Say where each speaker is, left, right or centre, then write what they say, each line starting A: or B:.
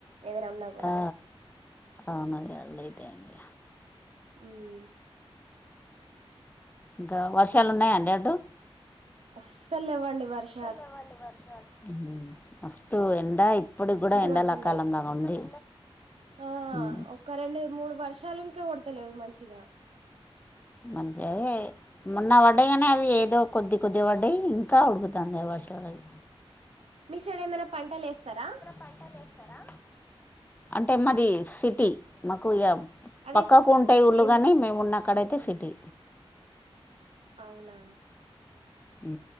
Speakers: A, on the right; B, on the left.
A: ఎవరున్నారు
B: ఆ ఆ మల్ల లేట్ అయింది
A: మ్
B: ఇంకా వర్షాలు ఉన్నాయా అండి అటు
A: అస్సలు లేవండి వర్ష్
B: అసలు లేవండి వర్షాలు మ్ మస్తు ఎండ ఇప్పుడు ఇప్పుడే
A: మత్తు
B: ఎండాల
A: కొడుతున్నాయి
B: కాలం లా ఉంది
A: ఆ
B: ఉమ్
A: ఒకా రెండు మూడు వర్షాలు ఇంకా కొడతలేవు మంచిగా
B: అంటే మొన్న పడ్డాయి కానే అవి ఏదో కొద్ది కొద్ది పడ్డాయి ఇంకా ఉడుకుతాంది వర్షాలది
A: మిసైడ్ ఏమైనా పంటలు ఏస్తరా
B: పంటలు ఏస్తరా అంటే మాది సిటీ మాకు యా
A: అదే
B: పక్కకు ఉంటాయి ఊళ్ళు
A: ఏము
B: కానీ మేము ఉన్నకాడైతే సిటీ
A: అవునా
B: హు